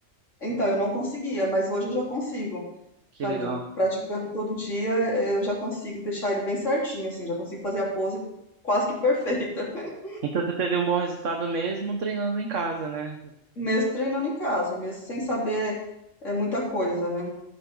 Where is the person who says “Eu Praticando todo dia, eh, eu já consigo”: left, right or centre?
Left